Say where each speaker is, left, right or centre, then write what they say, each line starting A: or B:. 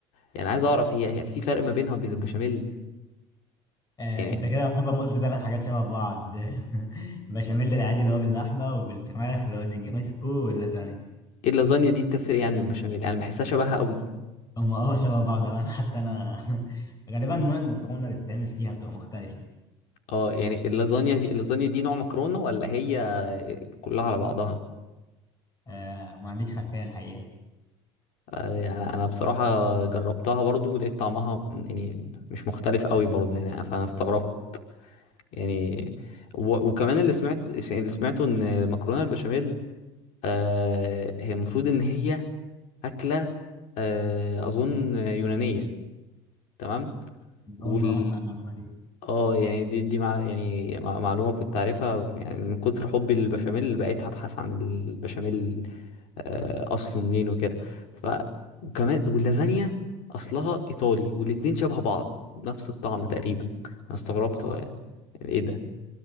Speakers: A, on the left; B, on the left.
A: يعني عايز اعرف هي... هي في فرق ما بينها وبين البشاميل
B: آه،
A: يعني
B: انت كده طبعا قلت ثلاث حاجات شبه بعض <laughs> بشاميل العادي اللي هو باللحمه وبالفراخ اللي هو النجريسكو واللازانيا
A: ايه اللازانيا دي تفرق يعني عن البشاميل يعني بحسها شبهها قوي
B: هم اه شبه بعض <laughs> أو انا حتى انا <laughs> غالبا نوع المكرونه اللي بتتعمل فيها بتبقى مختلفه
A: اه يعني اللازانيا دي اللازانيا دي نوع مكرونة ولا هي كلها على بعضها
B: آه ما عنديش خلفيه الحقيقه
A: آه، يعني انا بصراحة جربتها برضو لقيت طعمها يعني مش مختلف قوي برضو يعني فانا استغربت يعني و... وكمان اللي سمعته اللي سمعته ان المكرونة البشاميل آه هي المفروض ان هي أكلة آه اظن يونانية تمام وال
B: اول مره اسمع المعلومه دي
A: اه يعني دي دي مع يعني مع- معلومة كنت عارفها يعني من كتر حبي للبشاميل بقيت ابحث عن البشاميل آه، اصله منين وكده ف وكمان واللازانيا اصلها ايطالي والاتنين شبه بعض نفس الطعم تقريبا انا استغربت
B: اه
A: هو يعني يعني ايه ده